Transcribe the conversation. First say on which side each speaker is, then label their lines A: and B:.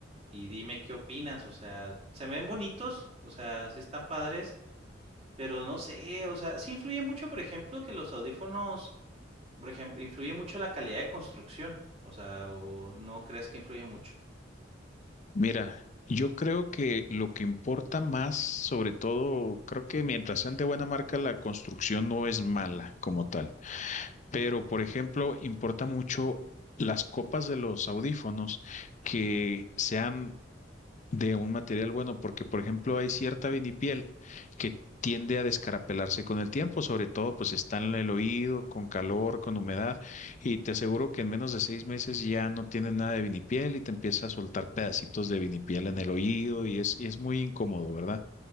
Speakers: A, on the right; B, on the left.
A: y dime qué opinas. O sea, se ven bonitos, o sea, sí están padres, pero no sé, o sea, sí influye mucho, por ejemplo, que los audífonos, por ejemplo, influye mucho la calidad de construcción. O sea, o no crees que influye mucho.
B: Mira, yo creo que lo que importa más, sobre todo, creo que mientras sean de buena marca, la construcción no es mala como tal. Pero, por ejemplo, importa mucho las copas de los audífonos que sean de un material bueno, porque por ejemplo hay cierta vinipiel que tiende a descarapelarse con el tiempo, sobre todo pues está en el oído, con calor, con humedad, y te aseguro que en menos de seis meses ya no tienes nada de vinipiel y te empieza a soltar pedacitos de vinipiel en el oído y es, y es muy incómodo, ¿verdad?